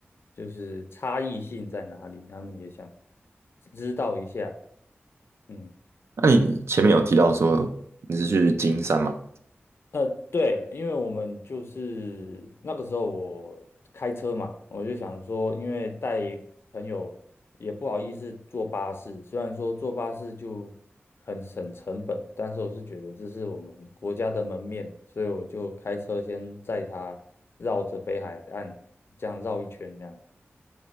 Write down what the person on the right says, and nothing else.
那你前面有提到说你是去金山嘛？